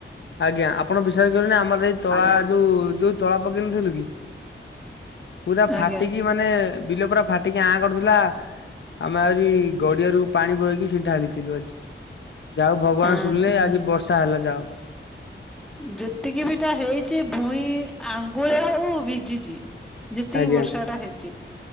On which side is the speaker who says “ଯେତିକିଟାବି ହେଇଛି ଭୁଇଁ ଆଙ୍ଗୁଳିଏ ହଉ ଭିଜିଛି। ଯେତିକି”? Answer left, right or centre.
Centre